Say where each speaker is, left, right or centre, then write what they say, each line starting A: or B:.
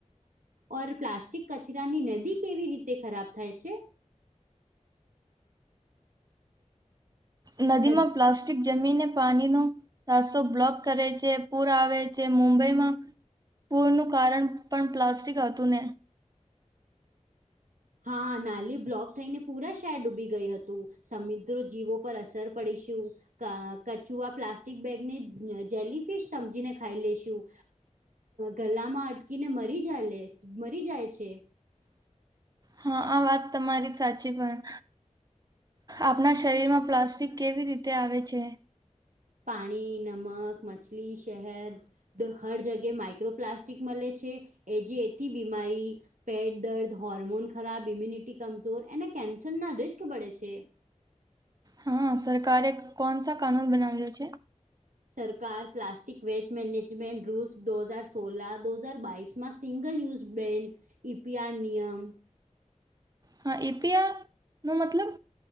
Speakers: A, on the right (about 85°); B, on the right (about 30°).
A: ઓર પ્લાસ્ટિક કચરાની નદી કેવી રીતે ખરાબ થાય છે
B: નદીમાં
A: નદ
B: પ્લાસ્ટ જમીનને પાણીનો રસ્તો બ્લોક કરે છે પૂર આવે છે મુંબઈમાં પૂરનું કારણ પણ પ્લાસ્ટિક હતું ને
A: હા નાલી બ્લોક થઈને પૂરા શાર ડૂબી ગઈ હતું સમુદ્ર જીવો પર અસર પડીશું કચુઆ પ્લાસ્ટિક બેગને જેલીફિશ સમજીને ખાઈ લઈેશું ગલામાં અટકીને મરી જાય મરી જાય છે
B: હા આ વાત તમારી સાચી પણ આપણા શરીરમાં પ્લાસ્ટિક કેવી રીતે આવે છે
A: પાણી નમક મછલી શહર હર જગ્યા માઈક્રોપ્લાસ્ટિક મળે છે એ જે એથી બીમારી પેટ દર્દ હોર્મોન ખરાબ ઇમ્યુનિટી કમજોર એ કેન્સર ના રિસ્ક બડે છે
B: હા સરકારે કોનસા કાનૂન બનાવયા છે
A: સરકાર પ્લાસ્ટિક વેસ્ટ મેનેજમેન્ટ રૂલ્સ દો હજાર સોલા દો હજાર બાઇસમાં સિંગલ યુઝ બેન ઈપીઆર નિયમ
B: હા એપીઆર નો મતલબ